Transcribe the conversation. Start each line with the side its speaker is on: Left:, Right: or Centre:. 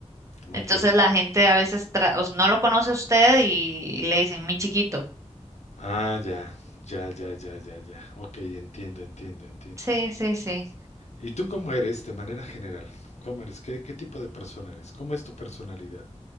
Left: Ok,
Right: Entonces la gente a veces tra- os- no lo conoce a usted y le dicen mi chiquito.
Left: Ah, ya, ya, ya, ya, ya, ya. Ok, entiendo, entiendo, entiendo.
Right: Sí, sí, sí.
Left: ¿Y tú cómo eres de manera general? ¿Cómo eres? ¿Qué, qué tipo de persona eres? ¿Cómo es tu personalidad?